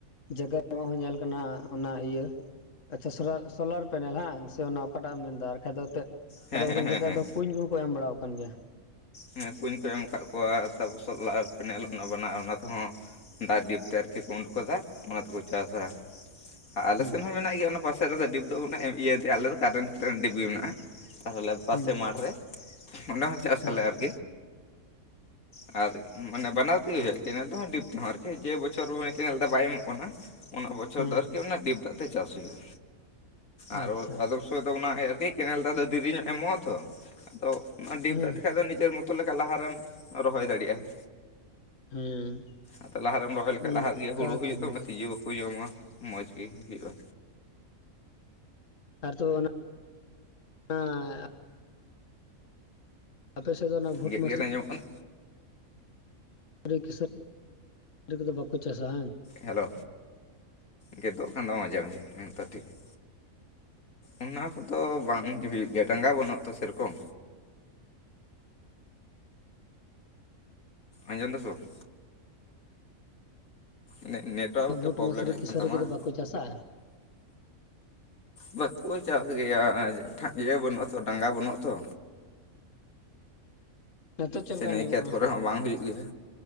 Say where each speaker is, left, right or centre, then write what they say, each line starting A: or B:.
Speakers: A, on the left (about 60°); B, on the left (about 80°).
A: ᱡᱟᱭᱜᱟ ᱨᱮ ᱦᱚᱸ ᱧᱮᱞ ᱠᱟᱱᱟ ᱚᱱᱟ ᱤᱭᱟᱹ ᱟᱪᱪᱷᱟ ᱥᱳᱞᱟ ᱥᱳᱞᱟᱨ ᱯᱮᱱᱮᱞ ᱦᱟᱝᱸ ᱥᱮ ᱚᱱᱟ ᱚᱠᱟᱴᱟᱜ ᱮᱢ ᱢᱮᱱ ᱮᱫᱟ ᱟᱨ ᱵᱟᱠᱷᱟᱡ ᱫᱚ ᱮᱱᱛᱮᱫ
B: ᱦᱮᱸ
A: ᱟᱫᱚᱢ
B: ᱦᱮᱸ
A: ᱟᱫᱚᱢ
B: ᱦᱮᱸ
A: ᱡᱟᱜᱟ
B: ᱦᱮᱸ
A: ᱨᱮᱫᱚ ᱠᱩᱧ ᱠᱚᱦᱚᱸ ᱠᱚ ᱮᱢ ᱵᱟᱲᱟᱣ ᱠᱟᱱ ᱜᱮᱭᱟ
B: ᱦᱮᱸ ᱠᱩᱧ ᱠᱚ ᱮᱢ ᱠᱟᱜ ᱠᱚᱣᱟ ᱛᱟᱨᱯᱚᱨ ᱥᱚᱞᱟᱨ ᱯᱮᱱᱮᱞ ᱚᱱᱟ ᱵᱟᱱᱟᱨ ᱚᱱᱟ ᱛᱮᱦᱚᱸ ᱫᱟᱜ ᱰᱤᱯ ᱛᱮ ᱟᱨᱠᱤ ᱠᱚ ᱩᱸᱰᱩᱠ ᱠᱟᱫᱟ ᱚᱱᱟ ᱛᱮᱠᱚ ᱪᱟᱥᱟ ᱟᱨ ᱟᱞᱮ
A: ᱦᱩᱸ
B: ᱥᱮᱫ ᱦᱚᱸ ᱢᱮᱱᱟᱜ ᱜᱮᱭᱟ ᱚᱱᱟ ᱯᱟᱥᱮ ᱨᱮᱫᱚ ᱰᱤᱯ ᱫᱚ ᱵᱚᱞᱮ ᱮᱢ ᱤᱭᱟᱹᱛᱮ ᱟᱞᱮ ᱫᱚ ᱠᱟᱨᱮᱱᱴᱮᱱ ᱰᱤᱯ ᱜᱮ ᱢᱮᱱᱟᱜᱼᱟ᱾ ᱟᱞᱮ ᱯᱟᱥᱮ
A: ᱦᱩᱸ
B: ᱢᱟᱴᱷ ᱨᱮ ᱚᱸᱰᱮ ᱦᱚᱸ ᱪᱟᱥᱟᱞᱮ
A: ᱦᱩᱸ
B: ᱟᱨᱠᱤ
A: <unintelligible>
B: ᱟᱨ ᱢᱟᱱᱮ ᱵᱟᱱᱟᱨ ᱛᱮᱜᱮ ᱦᱩᱭᱩᱜᱼᱟ ᱠᱮᱱᱮᱞ ᱛᱮᱦᱚᱸ ᱰᱤᱯ ᱛᱮᱦᱚᱸ ᱟᱨᱠᱤ ᱡᱮ ᱵᱚᱪᱷᱚᱨ ᱠᱮᱱᱮᱞ ᱫᱟᱜ ᱵᱟᱭ ᱮᱢᱚᱜ ᱠᱟᱱᱟ ᱚᱱᱟ ᱵᱚᱪᱷᱚᱨ
A: ᱦᱩᱸ
B: ᱫᱚ ᱟᱨᱠᱤ ᱚᱱᱟ ᱰᱤᱯ ᱫᱟᱜ ᱛᱮ ᱪᱟᱥ ᱦᱩᱭᱩᱜᱼᱟ᱾ ᱟᱨ
A: ᱟᱪᱪᱷᱟ
B: ᱟᱫᱚᱵ ᱥᱚᱢᱚᱭ ᱫᱚ ᱚᱱᱟ ᱟᱨᱠᱤ ᱠᱮᱱᱮᱞ ᱫᱟᱜ ᱫᱚ ᱫᱮᱨᱤ ᱧᱚᱜ ᱮᱢᱚᱜᱼᱟ ᱛᱚ ᱟᱫᱚ ᱚᱱᱟ ᱰᱤᱯ
A: ᱦᱮᱸ
B: ᱫᱟᱜ ᱛᱮᱠᱷᱟᱱ ᱫᱚ ᱱᱤᱡᱮᱨ ᱢᱚᱛᱚ ᱞᱮᱠᱟ ᱞᱟᱦᱟᱨᱮᱢ ᱨᱚᱦᱚᱭ ᱫᱟᱲᱮᱭᱟᱜᱼᱟ᱾
A: ᱦᱮᱸ
B: ᱟᱫᱚ ᱞᱟᱦᱟ ᱨᱮᱢ ᱨᱚᱦᱚᱭ ᱞᱮᱠᱷᱟᱡ
A: ᱚᱱᱠᱟ
B: ᱞᱟᱦᱟ ᱨᱮᱜᱮ ᱦᱩᱲᱩ ᱦᱩᱭᱩᱜ
A: ᱠᱟᱱ
B: ᱛᱟᱢᱟ
A: ᱜᱮᱭᱟ
B: ᱛᱤᱭᱳᱼᱼ ᱠᱚ ᱡᱚᱢᱟ ᱢᱚᱡᱽ ᱜᱮ ᱦᱩᱭᱩᱜᱼᱟ᱾
A: ᱟᱨ ᱫᱚ ᱚᱱᱟ <unintelligible> ᱟᱯᱮ ᱥᱮᱫ ᱫᱚ ᱚᱱᱟ ᱵᱷᱳᱴ
B: ᱜᱮᱫ
A: ᱢᱟᱹᱥᱼᱼ
B: ᱜᱮᱫ ᱟᱸᱡᱚᱢᱚᱜ ᱠᱟᱱᱟ
A: ᱟᱹᱰᱤ ᱠᱤᱥᱟᱹ <inaudible> ᱠᱚᱫᱚ ᱵᱟᱠᱚ ᱪᱟᱥᱟ ᱵᱟᱝ?
B: ᱦᱮᱞᱳ ᱜᱮᱫᱚᱜ ᱠᱟᱱ ᱫᱚ ᱢᱟᱡᱷᱮ ᱢᱟᱡᱷᱮ ᱦᱮᱸ ᱛᱚ ᱴᱷᱤᱠ ᱜᱮᱭᱟ᱾ ᱚᱱᱟ ᱠᱚᱫᱚ ᱵᱟᱝ ᱦᱩᱭᱩᱜ ᱜᱮᱭᱟ ᱰᱟᱸᱜᱟ ᱵᱟᱹᱱᱩᱜ-ᱟ ᱛᱚ ᱥᱮᱨᱚᱠᱚᱢ᱾
A: <inaudible>
B: ᱟᱸᱡᱚᱢ ᱫᱟ ᱥᱮ ᱵᱟᱝ ᱢᱟᱱᱮ ᱱᱮᱴᱣᱟᱨᱠ ᱮ
A: ᱵᱷᱩᱴ
B: ᱯᱨᱚᱵᱞᱮᱢᱮᱫ
A: ᱢᱟᱥᱨᱤ ᱠᱮᱥᱟᱹᱨᱤ
B: ᱠᱟᱱ ᱛᱟᱢᱟ
A: ᱠᱚᱫᱚ ᱵᱟᱠᱚ ᱪᱟᱥᱟ?
B: ᱵᱟᱠᱚ ᱪᱟᱥ ᱜᱮᱭᱟ᱾ ᱤᱭᱟᱹ ᱵᱟᱹᱱᱩᱜ ᱟᱛᱚ ᱰᱟᱸᱜᱟ ᱵᱟᱹᱱᱩᱜ ᱟᱛᱚ
A: ᱱᱤᱛᱚᱜ ᱪᱮᱫ
B: ᱥᱮ
A: ᱞᱮᱠᱟ
B: ᱱᱤᱭᱟᱹ
A: ᱟᱸᱡᱚᱢᱚᱜ
B: ᱠᱷᱮᱛ
A: ᱠᱟᱱᱟ
B: ᱠᱚᱨᱮ ᱦᱚᱸ ᱵᱟᱝ ᱦᱩᱭᱩᱜ ᱜᱮᱭᱟ